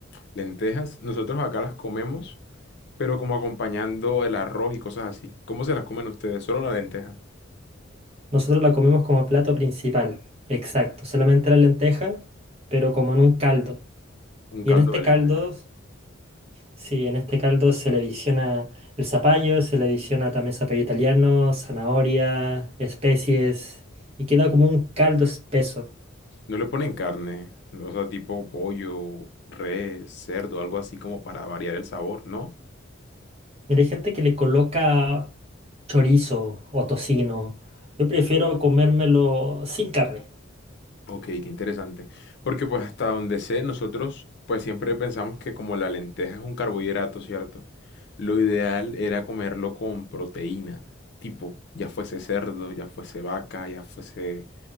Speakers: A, on the left (about 60°); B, on the right (about 30°).
A: Lentejas, nosotros acá las comemos, pero como acompañando el arroz y cosas así. ¿Cómo se las comen ustedes? Solo la lenteja,
B: Nosotros la comemos como plato principal, exacto, solamente la lenteja, pero como en un caldo.
A: un
B: Y
A: caldo
B: en este
A: de
B: caldo,
A: lenteja.
B: sí, en este caldo se le adiciona el zapallo, se le adiciona también zapallo italiano, zanahoria, especies, y queda como un caldo espeso.
A: No le ponen carne, o sea, tipo pollo, res, cerdo, algo así como para variar el sabor, ¿no?
B: Mira, hay gente que le coloca chorizo o tocino. Yo prefiero comérmelo sin carne.
A: Ok, qué interesante. Porque pues hasta donde sé, nosotros pues siempre pensamos que como la lenteja es un carbohidrato, ¿cierto? Lo ideal era comerlo con proteína, tipo, ya fuese cerdo, ya fuese vaca, ya fuese